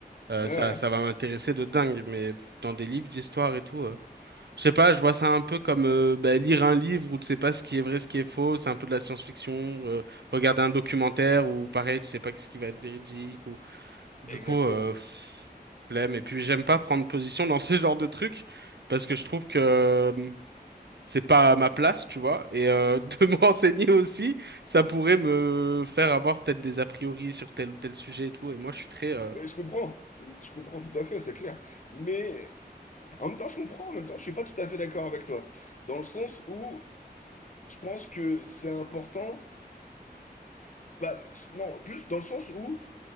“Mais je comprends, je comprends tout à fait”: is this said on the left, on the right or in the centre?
Left